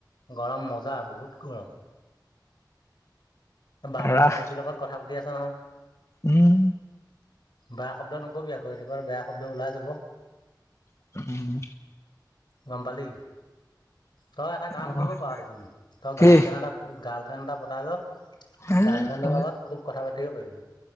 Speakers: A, on the left; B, on the left.
A: গৰম মজা, বহুত গৰম। বাবুৱে
B: ৰাস
A: মাইকীৰ লগত কথা পাতি আছে নহয়।
B: উম।
A: বেয়া শব্দ নকবি আকৌ, এনেকুৱাত বেয়া শব্দ ওলাই যাব।
B: <inaudible>
A: গম পালি। তই এটা কাম
B: অহ
A: কৰিব পাৰ দেখোন তই
B: কি?
A: গাৰ্লফ্ৰেণ্ড এটা গাৰ্লফ্ৰেণ্ড এটা পতাই ল'
B: তই
A: গাৰ্লফ্ৰেণ্ডৰ লগত খুব কথা পাতিব পাৰিবি।